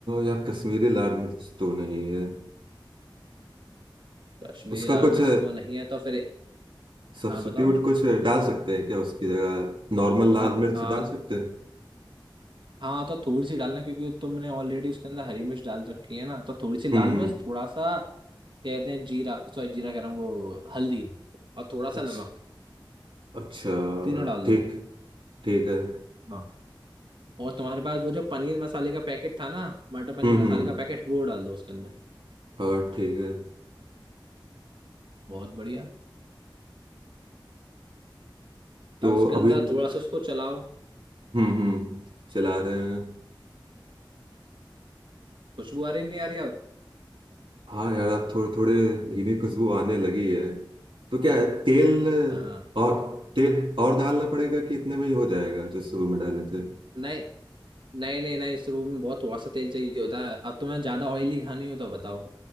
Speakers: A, on the right (about 80°); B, on the right (about 65°).
A: यार कश्मीरी लाल मिर्च तो नहीं है
B: कश्मीरी
A: उसका
B: लाल
A: कुछ
B: मिर्च तो नहीं है तो फिर
A: सब्स्टिट्यूट
B: हाँ बताओ
A: कुछ डाल सकते हैं क्या उसकी जगह नॉर्मल लाल
B: हाँ
A: मिर्च
B: हाँ
A: डाल सकते हैं
B: हाँ तो थोड़ी सी डालना क्योंकि तुमने ऑलरेडी उसके अंदर हरी मिर्च डाल रखी है ना तो थोड़ी सी लाल
A: हम्म हम्म।
B: मिर्च थोड़ा सा कहते हैं जीरा सॉरी जीरा कह रहा हूँ वो हल्दी और थोड़ा सा
A: अच्छा
B: नमक
A: अच्छा
B: तीनों डाल
A: ठीक
B: दो
A: ठीक है
B: हाँ और तुम्हारे पास वो जो पनीर मसाले का पैकेट था ना मटर पनीर
A: हम्म
B: मसाले
A: हम्म
B: का पैकेट वो डाल दो उसके अंदर
A: और ठीक है
B: बहुत बढ़िया
A: तो
B: अब उसके अंदर
A: अभी त-
B: थोड़ा सा उसको चलाओ
A: हम्म हम्म चला रहे हैं
B: खुशबू आ रही नहीं आ रही अब
A: हाँ यार अब थोड़े थोड़े भीनी खुशबू आने लगी है तो क्या है, तेल
B: हाँ
A: और तेल और डालना पड़ेगा कि इतने में ही हो जाएगा जो शुरू में डाले थे
B: नहीं नहीं नहीं नहीं इस रूप में बहुत थोड़ा सा तेल चाहिए होता है अब तुम्हें ज्यादा ऑयली खानी हो तो बताओ